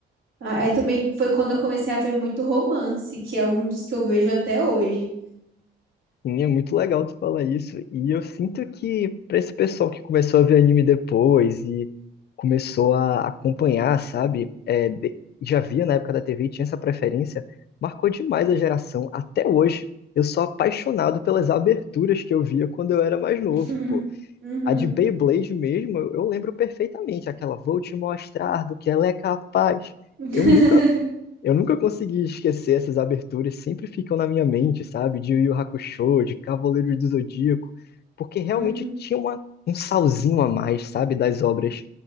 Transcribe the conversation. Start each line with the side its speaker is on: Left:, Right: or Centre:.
Right: Ah, Aí também foi quando eu comecei a ver muito romance, que é um dos que eu vejo até hoje.
Left: E é muito legal tu falar isso. E eu sinto que pra esse pessoal que começou a ver anime depois e começou a acompanhar, sabe? É, de- já via na época da TV e tinha essa preferência, marcou demais a geração. Até hoje, eu sou apaixonado pelas aberturas que eu via quando eu era mais novo,
Right: <laughs> Uhum.
Left: A de Beyblade mesmo, eu, eu lembro perfeitamente aquela, vou te mostrar do que ela é capaz.
Right: <laughs>
Left: Eu nunca, eu nunca consegui esquecer essas aberturas, sempre ficam na minha mente, sabe? De Yu Yu Hakusho, de Cavaleiros do Zodíaco, porque realmente
Right: Uhum. Uhum.
Left: tinha uma, um salzinho a mais, sabe? Das obras